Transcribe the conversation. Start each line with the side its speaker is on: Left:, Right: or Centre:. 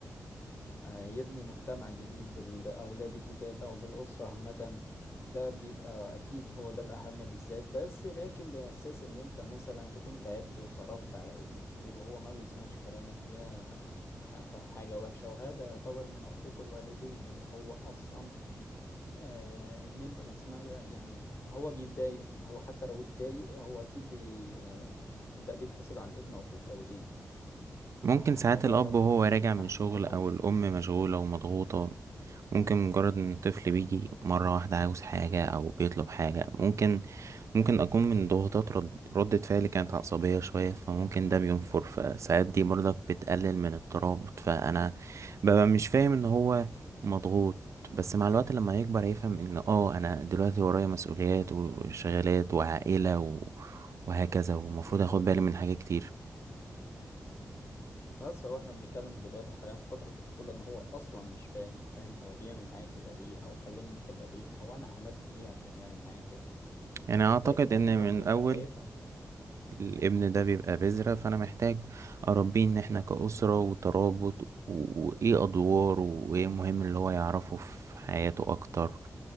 Left: هيبني مجتمع جديد بالأولاد الجداد أو بالأسرة عامة ده بيبقى أكيد هو ده الأهم بالذات بس لكن بإحساس إن أنت مثلا تكون تعبت وصرفت على ابنك كتير وهو ما بيسمعش كلامك ده ح- حاجة وحشة وهذا يعتبر من حقوق الوالدين إن هو أصلا آه إن أنت ما تسمعش يعني هو بيتضايق هو حتى لو اتضايق هو أكيد بي آه ده بيتحسب على الابن حقوق والدين
Right: ممكن
Left: فالموضوع
Right: ساعات الأب
Left: برضو
Right: وهو
Left: بيخش
Right: راجع
Left: في
Right: من
Left: ناحية
Right: شغل
Left: تانية خالص
Right: أو الأم مشغولة ومضغوطة ممكن مجرد إن الطفل بيجي مرة واحدة عاوز حاجة أو بيطلب حاجة ممكن ممكن أكون من ضغوطات رد ردة فعلي كانت عصبية شوية فممكن ده بينفر فساعات دي برضك بتقلل من الترابط فأنا ببقى مش فاهم إن هو مضغوط بس مع الوقت لما يكبر هيفهم إن آه أنا دلوقتي ورايا مسؤوليات وشغالات وعائلة و... وهكذا ومفروض
Left: أكيد
Right: أخد
Left: أكيد
Right: بالي من حاجات
Left: أكيد
Right: كتير
Left: بس هو احنا بنتكلم دلوقتي حاليا في فترة الطفولة ان هو اصلا مش فاهم فاهم هو بيعمل معايا كده ليه او كلمني كده ليه هو انا عملت ايه عشان يعمل معايا كده
Right: يعني اعتقد
Left: لكن
Right: ان
Left: اكيد
Right: من
Left: لما يكبر
Right: اول
Left: هيفهم
Right: الابن ده بيبقى بذرة فانا محتاج اربيه ان احنا كأسرة وترابط و- وايه ادواره وايه مهم اللي هو يعرفه في حياته اكتر